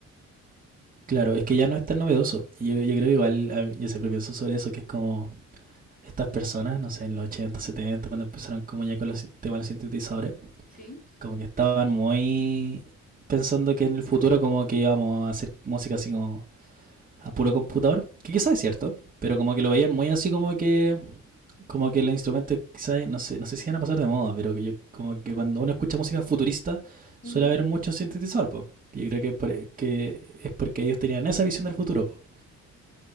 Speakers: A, on the right; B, on the left.
A: Claro, es que ya no es tan novedoso. Y Yo, yo creo que igual, yo siempre pienso sobre eso, que es como estas personas, no sé, en los 80 70 cuando empezaron como ya con los temas de los sintetizadores
B: ¿Sí?
A: Como que estaban muy pensando que en el futuro como que íbamos a hacer música así como a puro computador, que quizás es cierto, pero como que lo veían muy así como que como que los instrumentos quizás no sé, no sé si van a pasar de moda, pero que yo, como que cuando uno escucha música futurista suele
B: Ujú,
A: haber mucho sintetizador, po. Yo
B: Sí,
A: creo que, por- que es porque ellos tenían esa visión del futuro, po.